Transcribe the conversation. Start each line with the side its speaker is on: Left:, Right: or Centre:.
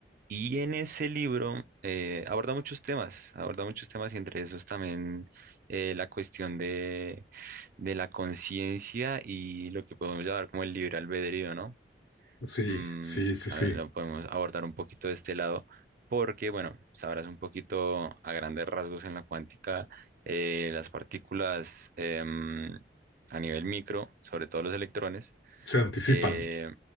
Right: Y en ese libro eh, aborda muchos temas, aborda muchos temas y entre esos también eh, la cuestión de, de la conciencia y lo que podemos llamar como el libre albedrío, ¿no?
Left: sí,
Right: mm,
Left: sí, sí,
Right: también
Left: sí.
Right: lo podemos abordar un poquito de este lado, porque, bueno, sabrás un poquito a grandes rasgos en la cuántica, eh, las partículas em, a nivel micro, sobre todo los electrones,
Left: Se anticipan.
Right: eh,